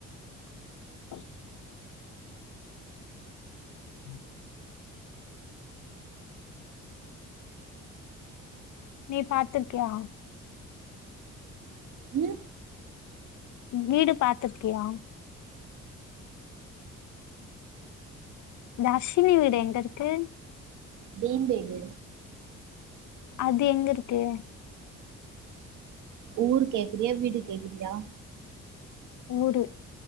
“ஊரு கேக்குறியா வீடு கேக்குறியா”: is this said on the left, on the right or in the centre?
Right